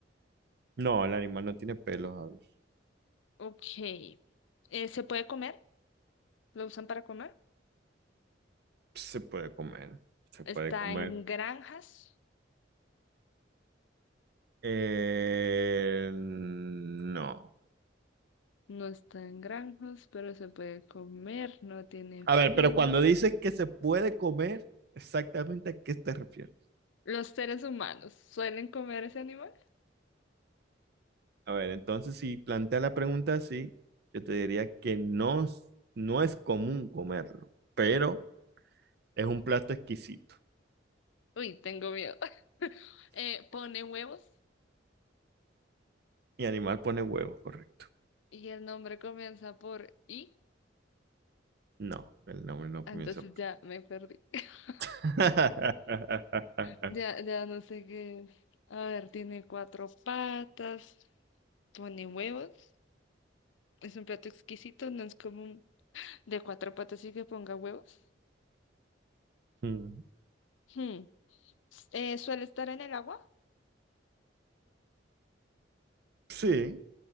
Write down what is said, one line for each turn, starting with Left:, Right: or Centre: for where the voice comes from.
Right: No, el animal no tiene pelos, a ver.
Left: Ok. Eh, ¿se puede comer? ¿Lo usan para comer?
Right: Se puede comer, se
Left: Está
Right: puede comer.
Left: en granjas.
Right: Eh, no.
Left: No está en granjas, pero se puede comer, no tiene
Right: A ver,
Left: pelo.
Right: pero cuando dices que se puede comer, exactamente a qué te refieres.
Left: Los seres humanos suelen comer ese animal.
Right: A ver, entonces si plantea la pregunta así, yo te diría que no, es- no es común comerlo, pero es un plato exquisito.
Left: Uy, tengo miedo. <laughs> Eh, pone huevos
Right: Y animal pone huevos, correcto.
Left: y el nombre comienza por I.
Right: No, el nombre no
Left: Entonces
Right: comienza por...
Left: ya me perdí. <laughs>
Right: <laughs>
Left: Ya, ya no sé qué es. A ver, tiene cuatro patas, pone huevos. Es un plato exquisito, no es común de cuatro patas y que ponga huevos.
Right: Mm,
Left: Hmm. Eh, suele estar en el agua.
Right: Sí,